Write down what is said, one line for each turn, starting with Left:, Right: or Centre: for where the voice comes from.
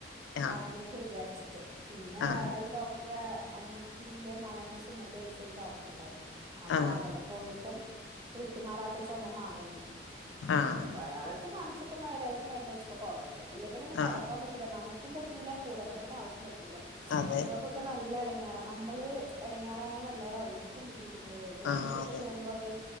Right: അപ്പൊ
Left: ആഹ്
Right: അങ്ങനെ ക്കെ വിചാരിച്ചിട്ട്. പിന്നെ
Left: ആഹ്
Right: വേറൊരു ഡോക്ടറെ അനിയ തിന്റെ മകനെ സുന്നത്ത് കഴിച്ച ഒരു ഡോക്ടർ ഉണ്ടായിരുന്നു. അപ്പൊ
Left: ആഹ്
Right: അവിടെ പോയപ്പം വിട്ടുമാറാത്ത ചുമ മാറ്നെ
Left: ആഹ്.
Right: ഇപ്പം അയാൾടെ അടുത്ത് കാണിച്ചപ്പം ഒരാഴ്ച്ച മരുന്ന് കഴിച്ചപ്പോ കുറവണ്ട് ഇല്ലെങ്കിലൊന്ന് കെടക്കാൻ
Left: ആഹ്
Right: പറ്റു റ്റുല നമുക്കും പറ്റൂല കൂടെ കിടക്കുന്ന ആൾക്കും പറ്റൂല
Left: അതെ
Right: ഇക്കാക്കൊക്കെ നല്ല എടങ്ങേറാണ് നമ്മള് ഇടങ്ങേറണതല്ലാതെ അവർക്കും ബുദ്ധിമുട്ട്, ജോലിക്കൊക്കെ
Left: ആഹ് അതെ
Right: പോകുമ്പോ അത്.